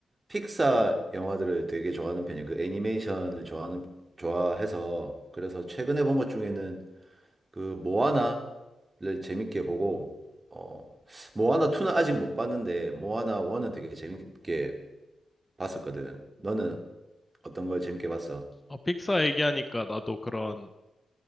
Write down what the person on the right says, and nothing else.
픽사 영화들을 되게 좋아하는 편이야. 그 애니메이션을 좋아하는 좋아해서 그래서 최근에 본 것 중에는 그 모아나를 재밌게 보고 어 모아나 2는 아직 못 봤는데 모아나 1은 되게 재밌게 봤었거든. 너는 어떤 걸 재밌게 봤어?